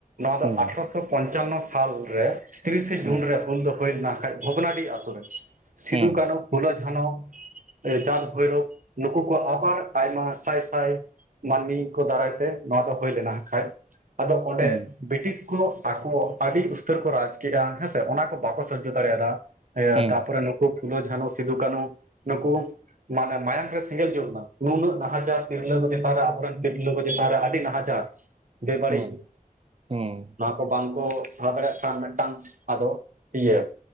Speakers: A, on the right; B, on the right.
A: ᱱᱚᱣᱟ ᱫᱚ
B: ᱦᱩᱸ
A: ᱟᱴᱷᱨᱚᱥᱚ ᱯᱚᱧᱪᱟᱱᱱᱚ ᱥᱟᱞᱨᱮ ᱛᱤᱨᱤᱥᱮ
B: ᱦᱩᱸ
A: ᱡᱩᱱ ᱨᱮ ᱦᱩᱞ ᱫᱚ ᱦᱩᱭ ᱞᱮᱱᱟ ᱦᱟᱸᱜ ᱠᱷᱟᱡ ᱵᱷᱚᱜᱽᱱᱟᱰᱤ ᱟᱛᱳ ᱨᱮ ᱥᱤᱫᱩ,
B: ᱦᱩᱸ
A: ᱠᱟᱹᱱᱩ, ᱯᱷᱩᱞᱳ, ᱡᱷᱟᱱᱚ ᱮᱻ ᱪᱟᱸᱫᱽ, ᱵᱷᱳᱭᱨᱳᱚᱵ ᱱᱩᱠᱩ ᱠᱚ ᱟᱵᱟᱨ ᱟᱭᱢᱟ ᱥᱟᱭ ᱥᱟᱭ ᱢᱟᱹᱱᱢᱤ ᱠᱚ ᱫᱟᱨᱟᱭ ᱛᱮ ᱱᱚᱣᱟ ᱫᱚ ᱦᱩᱭ ᱞᱮᱱᱟ ᱦᱟᱸᱜ ᱠᱷᱟᱡ ᱟᱫᱚ ᱚᱸᱰᱮ
B: ᱦᱩᱸ
A: ᱵᱨᱤᱴᱤᱥ ᱠᱚᱦᱚᱸ ᱟᱠᱚ ᱟᱹᱰᱤ ᱩᱥᱛᱟᱹᱨ ᱠᱚ ᱨᱟᱡᱽ ᱠᱮᱜᱼᱟ ᱦᱮᱸᱥᱮ ᱚᱱᱟ ᱠᱚ ᱵᱟᱠᱚ ᱥᱚᱡᱡᱚ ᱫᱟᱲᱮᱭᱟᱫᱟ ᱤᱭᱟ.
B: ᱦᱩᱸ
A: ᱛᱟᱯᱚᱨᱮ ᱱᱩᱠᱩ ᱯᱷᱩᱞᱳ, ᱡᱷᱟᱱᱳ, ᱥᱤᱫᱩ, ᱠᱟᱹᱱᱩ ᱱᱩᱠᱩ ᱢᱟᱱᱮ ᱢᱟᱭᱟᱝ ᱨᱮ ᱥᱮᱸᱜᱮᱞ ᱡᱩᱞ ᱮᱱᱟ ᱱᱩᱱᱟᱹᱜ ᱱᱟᱦᱟᱪᱟᱨ ᱛᱤᱨᱞᱟᱹ ᱠᱚ ᱪᱮᱛᱟᱱ ᱨᱮ ᱟᱵᱚᱨᱮᱱ ᱛᱤᱨᱞᱟᱹ ᱠᱚ ᱪᱮᱛᱟᱱ ᱨᱮ ᱟᱹᱰᱤ ᱱᱟᱦᱟᱪᱟᱨ ᱵᱮᱵᱟᱹᱲᱤᱡ
B: ᱦᱩᱸ ᱦᱩᱸ ᱦᱩᱸ
A: ᱱᱚᱣᱟ ᱠᱚ ᱵᱟᱝᱠᱚ ᱥᱟᱦᱟ ᱫᱟᱲᱮᱭᱟᱜ ᱠᱷᱟᱱ ᱢᱤᱫᱴᱟᱝ ᱟᱫᱚ ᱤᱭᱟᱹ